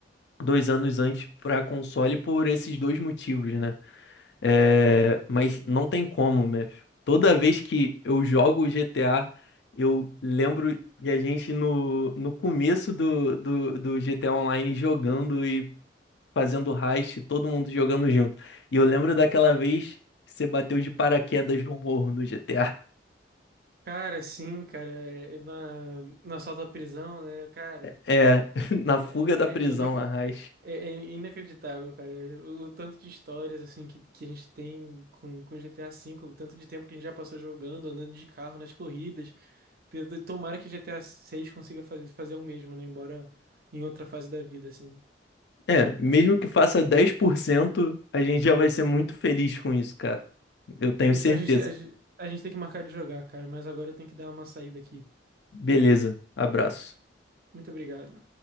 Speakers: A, on the left (about 65°); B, on the right (about 55°).
A: dois anos antes para console por esses dois motivos, né? É, mas não tem como, Mef. Toda vez que eu jogo o GTA, eu lembro de a gente no, no começo do, do, do GTA Online jogando e fazendo heist, todo mundo jogando junto. E eu lembro daquela vez que você bateu de paraquedas no morro no GTA.
B: Cara, sim, cara, é- é na, no assalto à prisão, né, cara,
A: É, <laughs> na
B: é,
A: fuga
B: é,
A: da prisão,
B: é inacre-
A: Arras.
B: é- é inacreditável, cara, o o tanto de histórias, assim, que, que a gente tem com, com GTA V, o tanto de tempo que a gente já passou jogando, andando de carro, nas corridas, T- t- tomara que GTA seis consiga fazer, fazer o mesmo, né, embora em outra fase da vida, assim.
A: É, mesmo que faça 10%, a gente já vai ser muito feliz com isso, cara. Eu tenho
B: Então
A: certeza.
B: a gente, te- a gente a gente tem que marcar de jogar, cara, mas agora eu tenho que dar uma saída aqui.
A: Beleza, abraço.
B: Muito obrigado.